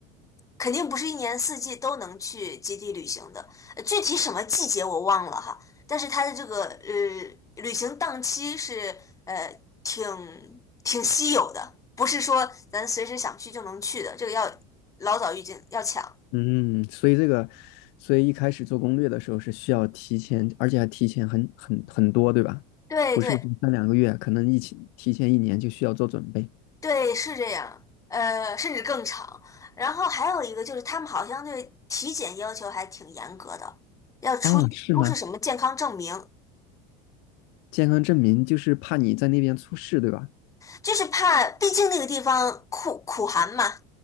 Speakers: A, on the left; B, on the left.
A: 肯定不是一年四季都能去基地旅行的。呃具体什么季节我忘了哈，但是它的这个呃旅行档期是呃挺挺稀有的，不是说咱随时想去就能去的，这个要老早预警，要抢。
B: 嗯，所以这个，所以一开始做攻略的时候是需要提前，而且还提前很很很多，对吧？
A: 对对，
B: 不是说三两个月，可能一起提前一年就需要做准备
A: 对，是这样，呃，甚至更长。然后还有一个就是，他们好像对体检要求还挺严格的，要出出示什么健康证明，
B: 啊，是吗？健康证明就是怕你在那边出事，对吧？
A: 就是怕，毕竟那个地方酷苦寒嘛，